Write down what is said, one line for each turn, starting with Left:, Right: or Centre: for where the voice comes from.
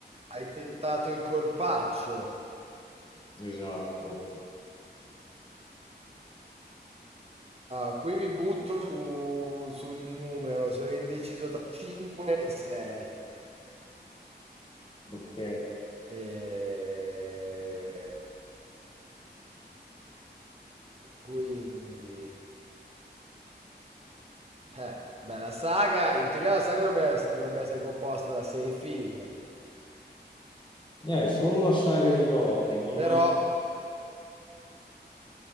Right: hai tentato il colpaccio.
Left: Esatto,
Right: Ah, qui mi butto su- sul numero, sono indeciso tra 5 e 6.
Left: ok.
Right: E... Quindi... Eh, beh, la saga, in teoria la saga dovrebbe, dovrebbe essere composta da 6 film,
Left: Eh, solo la saga di Rocky, non
Right: però